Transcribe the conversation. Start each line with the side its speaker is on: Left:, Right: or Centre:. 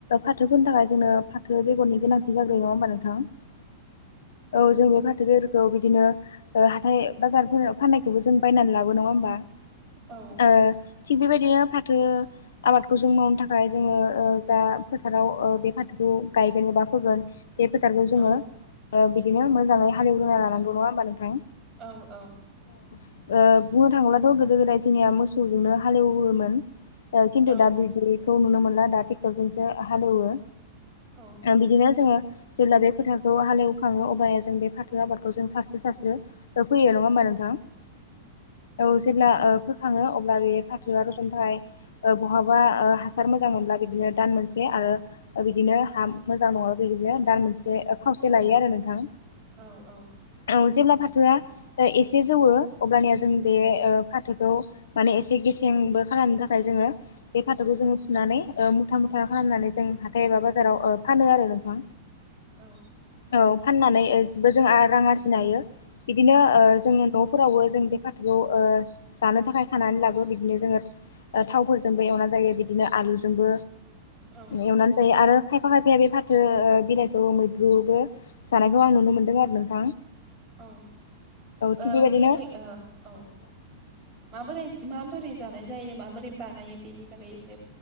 Left: फाथो नि थाखाय जोंनो फाथो बेगरनि गोनांथि जाग्रोयो नङा होमबा नोंथां औ जों बे फाथो बेफोरखौ बिदिनो हाथाय बाजारफोर फाननायखौबो जों बायनानै लाबो नङा होमबा
Centre: औ
Left: ओ थिग बेबायदिनो फाथो आबादखौ जों मावनो थाखाय जोङो जा फोथाराव बे फाथोखौ गायगोन एबा फोगोन बे फोथारखौ जोङो
Centre: औ
Left: बिदि मोजै हालेवग्रोना लानांगौ नङा होमबा नोंथां
Centre: औ औ
Left: बुंनो थाङोब्लाथ' गोदो गोदाय जोंनिया मोसौजोंनो हालेवोमोन खिन्थु
Centre: औ
Left: दा बिदिखौ नुनो मोनला दा ट्रेक्टरजोंसो हालेवो
Centre: औ
Left: बिदिनो जोङो जेब्ला बे फोथारखौ हालेवखाङो अबब्लानिया जों बे फाथो आबादखौ जों सास्रो सासस्रो फैयो नङा होमबा नोंथां औ जेब्ला खाङो अब्ला बे फाथोआ रजनथाइ बहाबा ओ हासार मोजां मोनब्ला बिदिनो दान मोनसे आरो बिदिनो हा मोजां नङाब्ला बिदिनो दान मोनसे खावसे लायो आरो नोंथां
Centre: औ औ
Left: औ जेब्ला फाथोआ एसे जौवो अब्लानिया जों
Centre: उम
Left: बे फाथोखौ माने एसे गेसेंबो खालामनो थाखाय जोङो बे फाथोखौ
Centre: औ
Left: जोङो फुनानै मुथां मुथा खालामनानै जों हाथाय एबा बाजाराव फानो आरो नोंथां
Centre: औ
Left: औ फाननानैबो जों रां आरजिनो हायो बिदिनो
Centre: औ
Left: जोङो न'फोरावबो जों बे फाथोखौ जानो थाखाय खानानै लाबो बिदिनो जोङो थावफोरजोंबो एवना जायो बिदिनो आलुजोंबो
Centre: औ
Left: एवनानै जायो आरो खायफा खायफाया बे फाथो बिलाइखौ मैद्रुबो जानायखौ आं नुनो मोनदों आरो नोंथां
Centre: औ
Left: थिग बेबायदिनो
Centre: बे मै औ माबोरै माबोरै जानाय जायो माबोरै बानायो बेनि बागै एसे